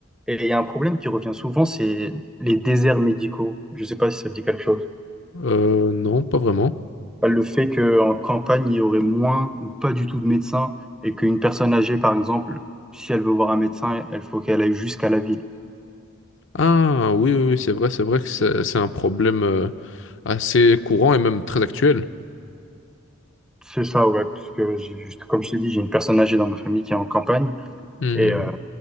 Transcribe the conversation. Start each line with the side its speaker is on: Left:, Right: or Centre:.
Centre: Et il y a un problème qui revient souvent, c'est les déserts médicaux. Je sais pas si ça te dit quelque chose.
Left: Euh, non, pas vraiment.
Centre: le fait qu'en campagne, il y aurait moins ou pas du tout de médecins et qu'une personne âgée, par exemple, si elle veut voir un médecin, elle faut qu'elle aille jusqu'à la ville.
Left: Ah, oui, oui, oui, c'est vrai, c'est vrai que c'est c'est un problème euh, assez courant et même très actuel.
Centre: C'est ça, ouais, parce que j'ai juste, comme je t'ai dit, j'ai une personne âgée dans ma famille qui est en campagne
Left: Hmm,
Centre: et euh,